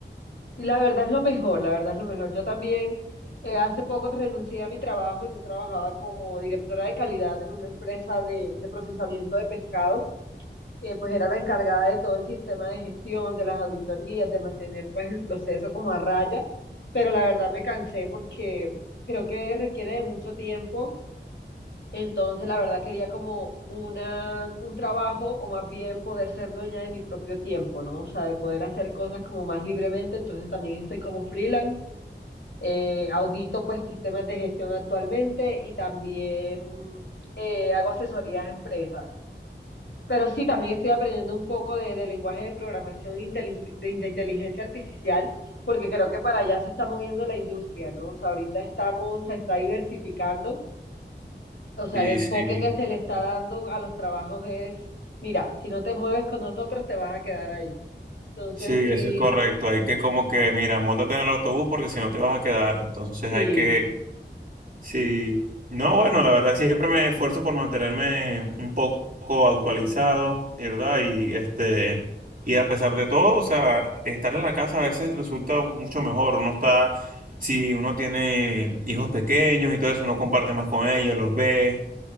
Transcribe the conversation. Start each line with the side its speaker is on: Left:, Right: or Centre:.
Left: Y La verdad es lo mejor, la verdad es lo mejor. Yo también eh, hace poco renuncié a mi trabajo. Yo trabajaba como directora de calidad en una empresa de, de procesamiento de pescado. Eh, pues era la encargada de todo el sistema de gestión, de las auditorías, de mantener pues el proceso como a raya. Pero la verdad me cansé porque creo que requiere de mucho tiempo entonces, la verdad quería como una, un trabajo o más bien poder ser dueña de mi propio tiempo, ¿no? O sea, de poder hacer cosas como más libremente. Entonces, también estoy como freelance. eh, audito pues sistemas de gestión actualmente y también eh, hago asesorías a empresas. Pero sí, también estoy aprendiendo un poco de, de lenguaje de programación e intel- de de inteligencia artificial, porque creo que para allá se está moviendo la industria, ¿no? O sea, ahorita estamos, se está diversificando o sea,
Right: Sí,
Left: el enfoque
Right: sí,
Left: que se le está dando a los trabajos es, mira, si no te mueves con nosotros, te vas a quedar ahí. Entonces,
Right: sí,
Left: sí,
Right: eso es correcto. Hay que como que, mira, móntate en el autobús porque si no te vas a quedar. Entonces
Left: sí,
Right: hay que Sí, no, bueno, la verdad siempre me esfuerzo por mantenerme un poco actualizado, ¿verdad? Y este, y a pesar de todo, o sea, estar en la casa a veces resulta mucho mejor. Uno está, si uno tiene hijos pequeños y todo eso, uno comparte más con ellos, los ve.